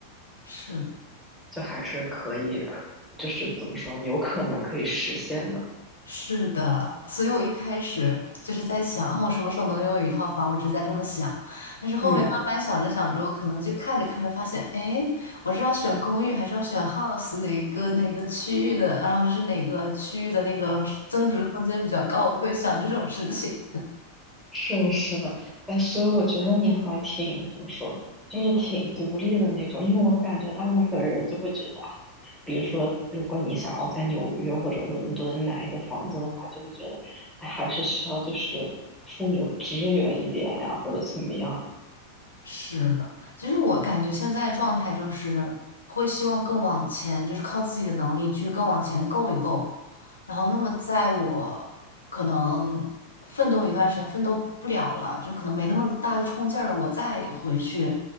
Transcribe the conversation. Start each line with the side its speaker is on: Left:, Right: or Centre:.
Left: 是。
Centre: 就还是可以，可就是怎么说呢，有可能可以实现的。
Left: 是的，所以我一开始就是在想，啊，我什么时候能拥有一套房？我只是在这么想，但是后面慢慢想着想着，
Centre: 嗯
Left: 我可能就看着看着发现，哎，我是要选公寓还是要选 house 哪个哪个区域的？然后就是哪个区域的那个增值空间比较高，我就会想这种事情。
Centre: 是的，是的，哎，所以我觉得你还挺怎么说，就是挺独立的那种，因为我感觉大部分人就会觉得啊比如说，如果你想要在纽约或者伦敦买一个房子的话，就会觉得，哎，还是需要就是父母支援一点呀、或者怎么样。
Left: 是的，其实我感觉现在状态就是会希望更往前，就是靠自己的能力去更往前够一够。然后，那么在我可能奋斗了一段时间，奋斗不了了，就可能没那么大个冲劲儿了，我再回去